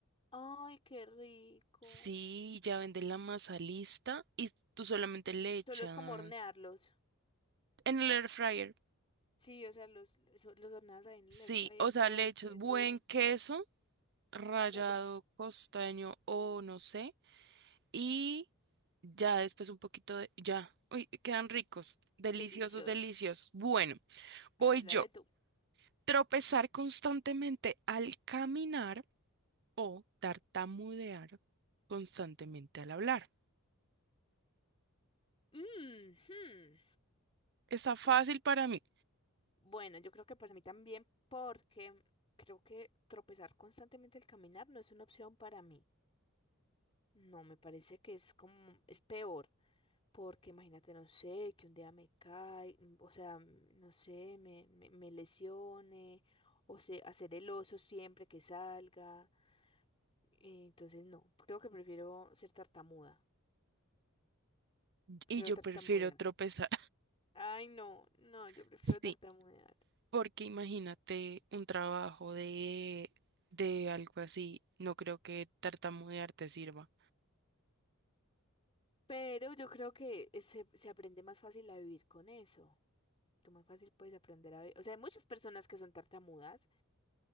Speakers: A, on the left; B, on the right.
A: Ay, qué rico.
B: Sí, ya venden la masa lista y tú solamente le echas
A: Solo es como hornearlos.
B: En el air fryer.
A: Sí, o sea, los, eso- los horneas ahí en
B: Sí,
A: el air fryer.
B: o sea,
A: Ay,
B: le echas
A: qué
B: buen
A: rico.
B: queso, rallado
A: Uy.
B: costeño o no sé, y ya después un poquito de, ya, uy, quedan ricos, deliciosos,
A: Delicioso.
B: deliciosos. Bueno, voy
A: A ver, dale
B: yo.
A: tú.
B: Tropezar constantemente al caminar o tartamudear constantemente al hablar.
A: Mm, hmm,
B: Está
A: sa-
B: fácil para mí
A: Bueno, yo creo que para mí también, porque creo que tropezar constantemente al caminar no es una opción para mí. No, me parece que es como, es peor, porque imagínate, no sé, que un día me cae, mm, o sea, mm, no sé, me, me, me lesione, o sea, hacer el oso siempre que salga. eh, Entonces, no, creo que prefiero ser tartamuda. Prefiero
B: y yo
A: tartamudear.
B: prefiero tropezar.
A: Ay, no, no, yo prefiero
B: <laughs>
A: tartamudear.
B: sí. Porque imagínate un trabajo de, de algo así, no creo que tartamudear te sirva.
A: Pero yo creo que se, se aprende más fácil a vivir con eso. Tú más fácil puedes aprender a vivir. O sea, hay muchas personas que son tartamudas